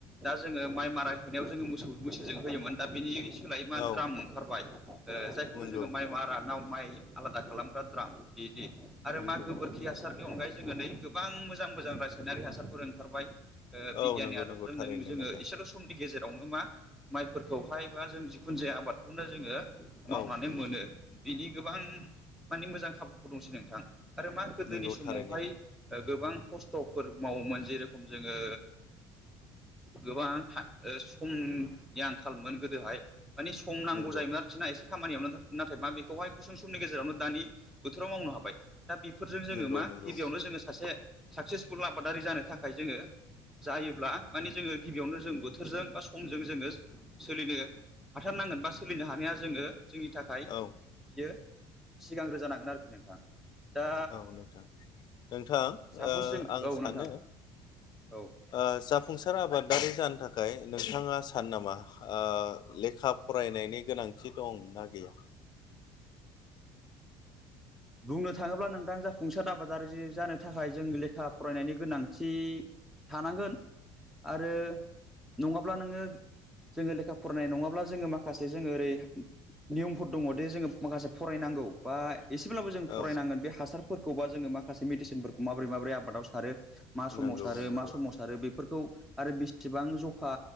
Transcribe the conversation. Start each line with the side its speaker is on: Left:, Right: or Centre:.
Centre: दा जोंङो माइ मारा होनायाव जोङो मोसौ मैसोजों होयोमोन दा बिनि सोलायै मा
Left: औ
Centre: द्राम ओंखारबाय ओ जायखौनो
Left: नंगौ
Centre: जोङो माइ मारा नाव माइ आलादा खालामग्रा द्राम बिदि आरो
Left: नंगौ
Centre: मा गोबोरखि हासारनि अनगायै जोंङो नै गोबां मोजां मोजां रासायनारि हासारफोर ओंखारबाय ओ बिगियाननि
Left: औ नंगौ
Centre: आदबजों
Left: नंगौ थारैनो
Centre: नों जोङो
Left: नोंथां
Centre: इसेल' समनि गेजेरावनो मा माइफोरखौहाय बा जों जिखुनु जाया आबाद बेखौनो जोङो मावनानै
Left: औ
Centre: मोनो। बिनि गोबां माने मोजां खाबुफोर दंसै नोंथां आरो मा गोदोनि
Left: नंगौ
Centre: समावहाय
Left: थारैनो
Centre: गोबां खस्थ'फोर मावोमोन जेरखम जोंङो गोबां ओ समनि आंखालमोन गोदोहाय माने सम नांगौ
Left: नंगौ
Centre: जायोमोन आरो बिसिना एसे खामानियावनो नाथाय मा बेखौहाय गुसुं समनि गेजेरावनो दानि बोथोराव मावनो हाबाय दा बेफोरजों जोङो
Left: नंगौ
Centre: मा
Left: नंगौ
Centre: गिबियावनो जोङो सासे साक्सेसफुल आबादारि जानो थाखाय जोंङो। जायोब्ला माने जोङो गिबियावनो जों बोथोरजों बा समजों जोंङो सोलिनो हाथारनांगोन बा सोलिनो हानाया जोंङो जोंनि थाखाय बियो
Left: औ
Centre: सिगांग्रो जानांगोन आरोखि नोंथां दा
Left: औ नोंथां
Centre: सापस जों
Left: आं
Centre: औ
Left: सानो
Centre: नोंथां
Left: ओ
Centre: औ
Left: जाफुंसार आबादारि जानो थाखाय नोंथाङा सानो नामा ओ लेखा फरायनायनि गोनांथि दं नना गैया
Centre: बुंनो थाङोब्ला नोंथां जाफुंसार आबादारि जानो थाखाय जों लेखा फरायनायनि गोनांथि थानांगोन आरो नङाब्ला नोङो जोङो लेखा फरायनाय नङाब्ला जोङो माखासे माखासे जोङो ओरै नियमफोर दङदि जोङो माखासे फरायनांगौ बा एसेब्लाबो जों फरायनांगोन
Left: औ
Centre: बे हासारफोरखौबा जोङो माखासे मेडिसिनफोरखौ माबोरै माबोरै आबादाव सारो मा साव
Left: नंगौ
Centre: सारो
Left: नंगौ
Centre: मा समाव सारो बेफोरखौ आरो बेसेबां जखा